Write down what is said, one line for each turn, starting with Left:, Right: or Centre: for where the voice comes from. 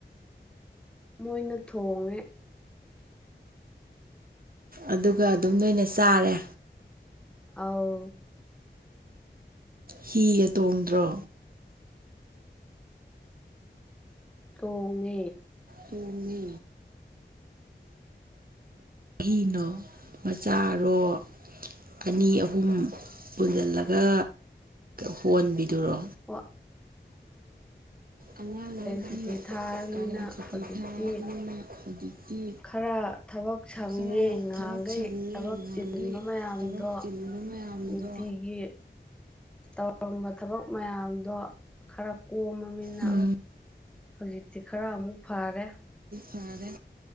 Centre: ꯃꯣꯏꯅ ꯊꯣꯡꯉꯦ
Right: ꯑꯗꯨꯒ ꯑꯗꯨꯝ ꯅꯣꯏꯅ ꯆꯥꯔꯦ
Centre: ꯑꯥꯎ
Right: ꯍꯤꯒ ꯇꯣꯡꯗ꯭ꯔꯣ
Centre: ꯇꯣꯡꯉꯦ
Right: ꯇꯅꯤ ꯑꯤꯅꯣ ꯃꯆꯥꯔꯣ ꯑꯅꯤ ꯑꯍꯨꯝ ꯄꯨꯟꯁꯤꯜꯂꯒ ꯍꯣꯟꯕꯤꯗꯨꯔꯣ
Centre: ꯋꯥ
Right: ꯑꯉꯥꯡꯈꯩꯗꯤ
Centre: ꯁꯨꯇꯤ ꯊꯥꯔꯕꯅꯤꯅ
Right: ꯀꯥꯔꯦꯟ ꯁꯨꯇꯤ
Centre: ꯍꯧꯖꯤꯛꯇꯤ
Right: ꯊꯥꯕꯅꯤ ꯍꯧꯖꯤꯛꯇꯤ
Centre: ꯈꯔ ꯊꯕꯛ ꯁꯪꯉꯦ
Right: ꯈꯔ
Centre: ꯉꯍꯥꯟꯈꯩ
Right: ꯊꯕꯛ ꯁꯪꯉꯦ
Centre: ꯊꯕꯛ
Right: ꯅꯍꯥꯟꯈꯩ
Centre: ꯆꯤꯟꯕ ꯃꯌꯥꯝꯗꯣ
Right: ꯊꯕꯛ ꯇꯤꯟꯕ ꯃꯌꯥꯝꯗꯣ
Centre: ꯅꯨꯡꯇꯤꯒꯤ ꯇꯧꯔꯝꯕ ꯊꯕꯛ ꯃꯌꯥꯝꯗꯣ ꯈꯔ ꯀꯣꯝꯃꯃꯤꯅ
Right: ꯎꯝ
Centre: ꯍꯧꯖꯤꯛꯇꯤ ꯈꯔ ꯑꯃꯨꯛ ꯐꯔꯦ
Right: ꯐꯥꯔ